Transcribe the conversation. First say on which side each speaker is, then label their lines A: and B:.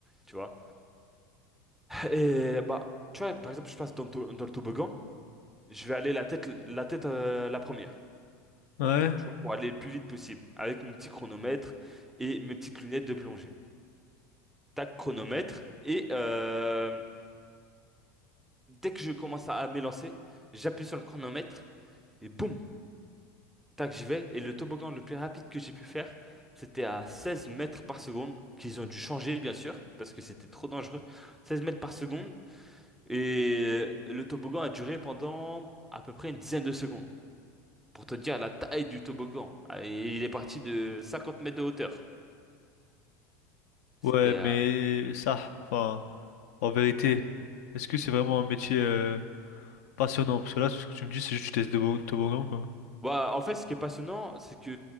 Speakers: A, in the centre; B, on the left.
A: Tu vois? Et bah, tu vois, par exemple, je passe dans, le to- dans le toboggan, je vais aller la tête la tête euh, la première,
B: Ouais,
A: tu vois, pour aller le plus vite possible, avec mon petit chronomètre et mes petites lunettes de plongée. Tac, chronomètre, et euh, dès que je commence à, à m'élancer, j'appuie sur le chronomètre, et boum! Tac, j'y vais. Et le toboggan le plus rapide que j'ai pu faire, c'était à 16 mètres par seconde, qu'ils ont dû changer, bien sûr, parce que c'était trop dangereux. 16 mètres par seconde. Et le toboggan a duré pendant à peu près une dizaine de secondes. Pour te dire la taille du toboggan. Ah, et il est parti de 50 mètres de hauteur. C'était.
B: ouais, mais
A: euh,
B: ça, enfin, en vérité, est-ce que c'est vraiment un métier... euh, Passionnant, parce que là, ce que tu me dis, c'est juste que tu testes des bo- toboggans, quoi.
A: Bah, en fait, ce qui est passionnant, c'est que